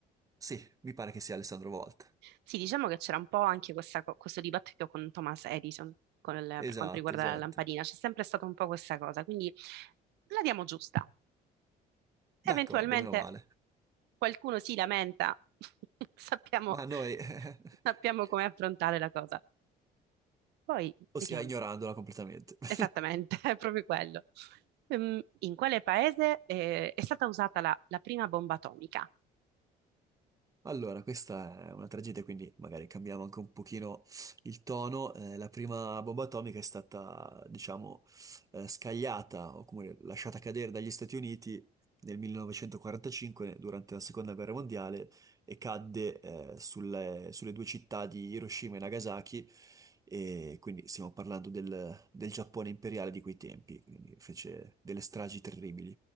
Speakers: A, on the right; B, on the right.
A: sì, mi pare che sia Alessandro Volta.
B: Sì, diciamo che c'era un po' anche questa co- questo dibattito con Thomas Edison con il-
A: Esatto,
B: per quanto riguarda
A: esatto.
B: la lampadina, c'è sempre stata un po' questa cosa, quindi la diamo giusta.
A: D'accordo,
B: Eventualmente
A: meno male.
B: qualcuno si lamenta, <laughs> sappiamo,
A: Ma noi, <laughs>
B: sappiamo come affrontare la cosa. Poi vediamo.
A: o sia ignorandola completamente. <laughs>
B: Esattamente, <laughs> è proprio quello. Ehm, in quale paese eh, è stata usata la, la prima bomba atomica?
A: Allora, questa è una tragedia, quindi magari cambiamo anche un pochino il tono. Eh, la prima bomba atomica è stata, diciamo, eh, scagliata o comunque lasciata cadere dagli Stati Uniti nel 1945 durante la Seconda Guerra Mondiale e cadde, eh, sulle, sulle due città di Hiroshima e Nagasaki. E quindi stiamo parlando del, del Giappone imperiale di quei tempi, quindi fece delle stragi terribili